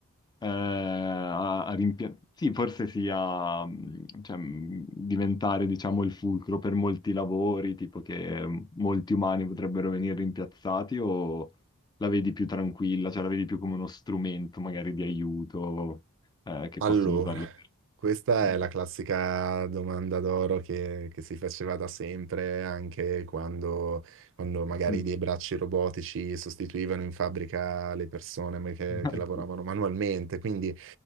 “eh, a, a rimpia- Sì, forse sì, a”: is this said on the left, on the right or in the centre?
Left